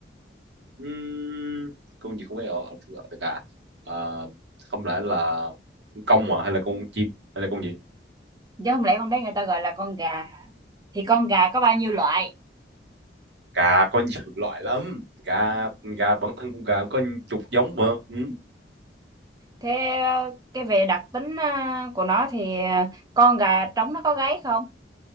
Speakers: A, on the right; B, on the right.
A: ừm, con gì không phải gọi không gọi là gà à, không lẽ là con công à hay là con chim hay là con gì
B: chứ không lẽ con đấy người ta gọi là con gà thì con gà có bao nhiêu loại
A: gà có nhiều <laughs> loại lắm gà gà bản thân con gà có chục giống mà ừ,
B: thế ờ, cái về đặc tính ờ, của nó thì ờ, con gà trống nó có gáy không